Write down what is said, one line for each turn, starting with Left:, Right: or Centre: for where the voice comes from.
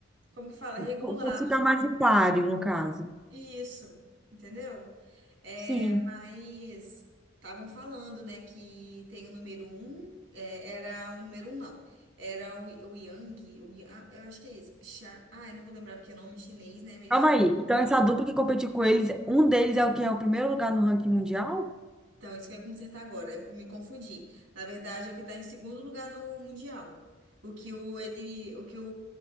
Right: como que fala, regular.
Centre: Ou ou ficar mais em páreo, no caso.
Right: Isso, entendeu? É,
Centre: Sim.
Right: mas estavam falando, né, que tem o número um, é, era o número um, não. Era o, o Yang, o, Ya- ah, eu acho que é isso. Cha- ah, eu não vou lembrar porque é nome chinês, né? É meio
Centre: Calma
Right: difícil.
Centre: aí. Então, essa dupla que competiu com eles, um deles é o que é o primeiro lugar no ranking mundial?
Right: Então, isso que eu ia consertar agora. Eu me confundi. Na verdade, é o que está em segundo lugar no Mundial. O que o, ele, o, que o,